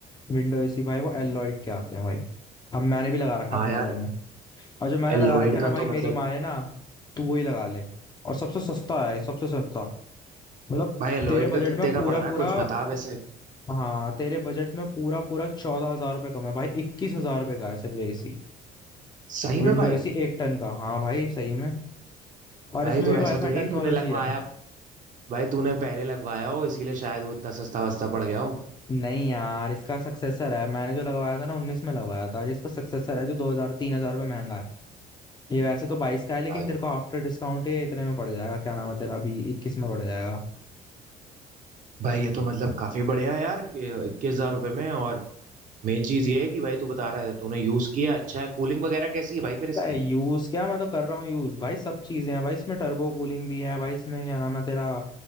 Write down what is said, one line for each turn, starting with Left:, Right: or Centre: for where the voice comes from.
Left: विंडो एसी भाई वो एलॉयड के आते हैं भाई हम मैंने भी लगा रखा
Right: हाँ
Left: है अपने
Right: यार
Left: कमरे में और जो मैंने
Right: एलॉयड
Left: लगा रखा है
Right: का
Left: ना
Right: तो
Left: भाई
Right: मतलब
Left: मेरी माने ना तू वही लगा ले और सबसे सस्ता है सबसे सस्ता मतलब
Right: भाई एलॉयड
Left: तेरे बजट
Right: का कितने
Left: में पूरा
Right: का पड़ रहा
Left: पूरा
Right: है कुछ बता वैसे
Left: हाँ तेरे बजट में पूरा पूरा चौदह हजार रुपये कम है भाई इक्कीस हजार रुपये का है सिर्फ एसी
Right: सही
Left: विंडो
Right: में भाई
Left: एसी एक टन का हाँ भाई सही में और
Right: भाई
Left: इसमें
Right: तो
Left: भी वाईफाई
Right: ऐसा तो नहीं
Left: टेक्नोलॉजी
Right: तूने लगवाया
Left: है
Right: भाई तूने पहले लगवाया हो इसीलिए शायद वो इतना सस्ता वस्ता पड़ गया हो
Left: नहीं यार इसका सक्सेसर है मैंने जो लगवाया था ना उन्नीस में लगवाया था और इसका सक्सेसर है जो दो हजार तीन हजार रुपये महंगा है ये वैसे तो बाईस का है लेकिन
Right: आ,
Left: तेरे को आफ्टर डिस्काउंट ये इतने में पड़ जाएगा क्या नाम है तेरा अभी इक्कीस में पड़ जाएगा
Right: भाई ये तो मतलब काफी बढ़िया है यार इक्कीस हजार रुपये में और मेन चीज ये है कि भाई तू बता रहा है तूने यूज किया अच्छा है कूलिंग वगैरह कैसी है भाई फिर इसकी
Left: यूज क्या मैं तो कर रहा हूँ यूज भाई सब चीजें हैं भाई इसमें टर्बो कूलिंग भी है भाई इसमें क्या नाम है तेरा